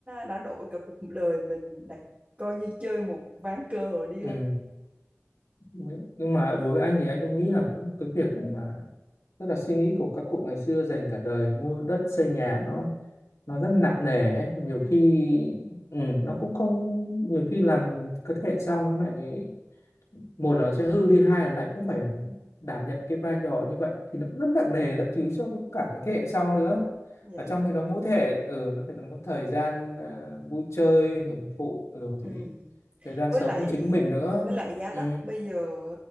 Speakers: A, on the right; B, on the left.
A: đã đổi cả cuộc đời mình đặt coi như chơi một ván cờ đi
B: Ừ.
A: anh
B: Nhưng nhưng mà đối với anh thì anh cũng nghĩ là cũng cái việc mà tức là suy nghĩ của các cụ ngày xưa dành cả đời mua đất xây nhà nó nó rất nặng nề ấy. Nhiều
A: ừ
B: khi ừ, nó cũng không nhiều khi làm cái thế hệ sau nó lại một là sẽ hư đi hai là lại cũng phải đảm nhận cái vai trò như vậy thì nó cũng rất nặng nề thậm chí cho cả cái thế hệ sau nữa
A: dạ
B: và trong khi đó mỗi thế hệ ừ, nó phải cần có thời gian ờ, vui chơi hưởng thụ rồi
A: ừ
B: thì thời gian
A: với
B: sống
A: lại
B: cho chính mình nữa
A: với lại giá
B: ừ,
A: đất bây giờ